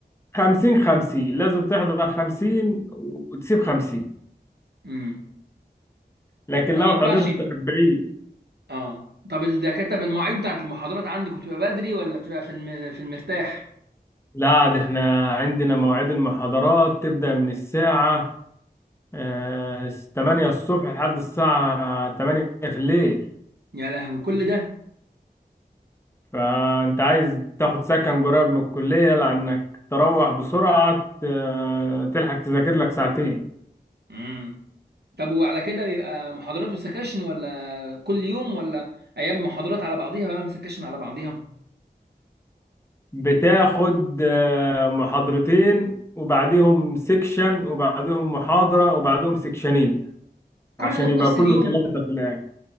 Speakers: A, on the left (about 15°); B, on the right (about 75°).
A: 50 50 لازم تحضر 50 وتسيب 50
B: امم
A: لكن
B: ما
A: لو
B: ينفعش
A: حضرت 40
B: اه طب الدكاتره بالمواعيد بتاعت المحاضرات عندكم بتبقى بدري ولا بتبقى في الم... في المرتاح
A: لا ده احنا عندنا مواعيد المحاضرات تبدا من الساعه آه، 8 الصبح لحد الساعه 8 في الليل
B: يا لهوي كل ده
A: فانت عايز تاخد سكن قريب من الكليه لانك تروح بسرعه آه، تلحق تذاكر لك ساعتين
B: امم طب وعلى كده بيبقى محاضرات وسكاشن ولا كل يوم ولا ايام محاضرات على بعضيها وأيام سكاشن على بعضيها
A: بتاخد آه، محاضرتين وبعديهم سيكشن وبعديهم محاضرة وبعديهم سيكشنين عشان
B: كل ده في
A: يبقى
B: نفس
A: كله
B: اليوم
A: ثلاثة في الآخر